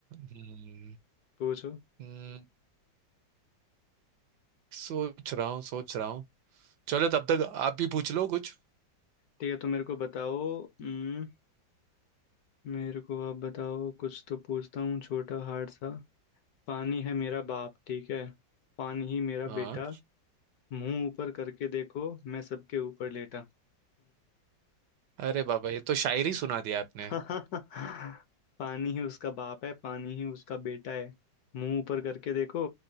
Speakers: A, on the right; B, on the left.
A: हम्म,
B: पूछो
A: हम्म, सोच रहा हूँ सोच रहा हूँ चलो तब तक आप भी पूछ लो कुछ
B: ठीक है तो मेरे को बताओ हम्म, मेरे को आप बताओ कुछ तो पूछता हूँ छोटा हार्ड सा पानी है मेरा बाप ठीक है पानी ही मेरा
A: हाँ
B: बेटा मुंह ऊपर करके देखो मैं सबके ऊपर लेटा
A: अरे बाबा ये तो शायरी सुना दिया आपने
B: <laughs> पानी ही उसका बाप है पानी ही उसका बेटा है मुंह ऊपर करके देखो